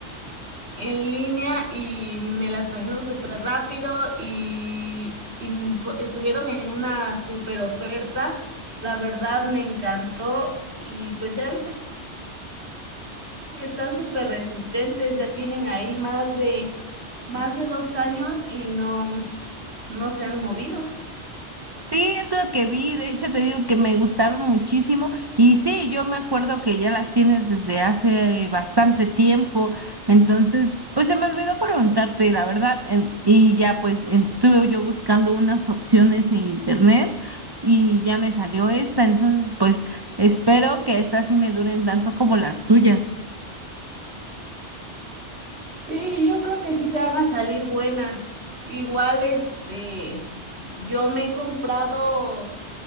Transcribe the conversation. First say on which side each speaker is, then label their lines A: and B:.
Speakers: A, on the right (about 65°); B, on the right (about 20°).
A: en línea y me la trajeron súper rápido y, y fu- estuvieron en una súper oferta. La verdad me encantó y pues ya viste que están súper resistentes, ya tienen ahí más de, más de dos años y no, no se han movido.
B: Sí, es lo que vi, de hecho te digo que me gustaron muchísimo y sí, yo me acuerdo que ya las tienes desde hace eh, bastante tiempo, entonces pues se me olvidó preguntarte la verdad en- y ya pues en- estuve yo buscando unas opciones en internet y ya me salió esta, entonces pues espero que estas sí me duren tanto como las tuyas. <laughs>
A: Sí, yo creo que sí te van a salir buenas. Igual, este, yo me he comprado